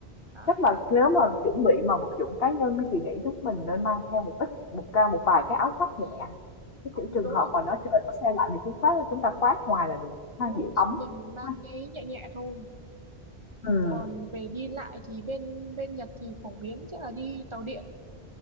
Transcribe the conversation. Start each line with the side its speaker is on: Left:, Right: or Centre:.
Right: Đó.
Left: chắc là nếu mà chuẩn bị mà vật dụng cá nhân thì chị nghĩ chúng mình nên mang theo một ít một ca một vài cái áo khoác nhẹ cái
Right: Ừ,
Left: kiểu trường
Right: đúng
Left: hợp
Right: rồi
Left: mà nó trời có xe lạnh thì chúng khoác chúng ta khoác ngoài là được ha
Right: đúng rồi
Left: giữ ấm
Right: mình mang
Left: ha.
Right: cái nhẹ nhẹ thôi
Left: ừ.
Right: còn về đi lại thì bên bên Nhật thì phổ biến sẽ là đi tàu điện